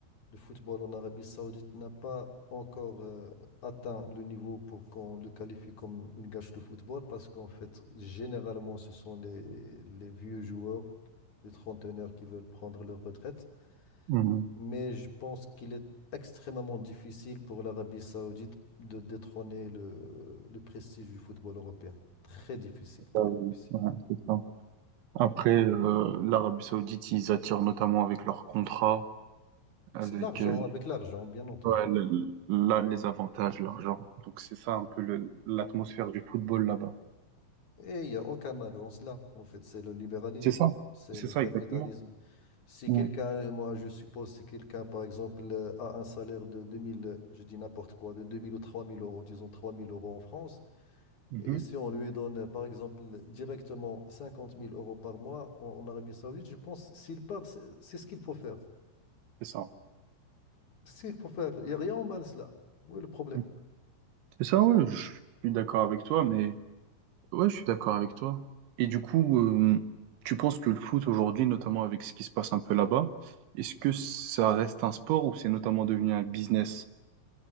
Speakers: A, on the left; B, on the right.
A: le football en Arabie Saoudite n'a pas encore euh, atteint le niveau pour qu'on le qualifie comme une gâche de football, parce qu'en fait, généralement, ce sont les, les vieux joueurs, les trentenaires qui veulent prendre leur retraite.
B: Mhm.
A: Mais je pense qu'il est extrêmement difficile pour l'Arabie Saoudite de détrôner le, le prestige du football européen. Très difficile, très
B: Euh,
A: difficile.
B: ouais, c'est ça. Après, euh, l'Arabie Saoudite, ils attirent notamment avec leurs contrats, avec
A: C'est de l'argent,
B: euh,
A: avec l'argent, bien entendu.
B: ouais, le- le- la- les avantages, l'argent. Donc c'est ça un peu le- l'atmosphère du football là-bas.
A: Et il n'y a aucun mal dans cela. En fait, c'est le libéralisme,
B: C'est ça,
A: c'est
B: c'est
A: le
B: ça
A: capitalisme.
B: exactement.
A: Si
B: Mhm.
A: quelqu'un, moi je suppose, si quelqu'un, par exemple, euh, a un salaire de 2000, euh, je dis n'importe quoi, de 2000 ou 3000 euros, disons 3000 euros en France,
B: Mhm.
A: et si on lui donne, euh, par exemple, directement 50 000 euros par mois en, en Arabie Saoudite, je pense, s'il part, c'est c'est ce qu'il faut faire.
B: C'est ça.
A: C'est pour faire. Il n'y a rien au mal cela. Où est le problème?
B: Mhm. C'est ça, oui, je suis d'accord avec toi, mais Ouais, je suis d'accord avec toi. Et du coup, euh, tu penses que le foot aujourd'hui, notamment avec ce qui se passe un peu là-bas, est-ce que ça reste un sport ou c'est notamment devenu un business?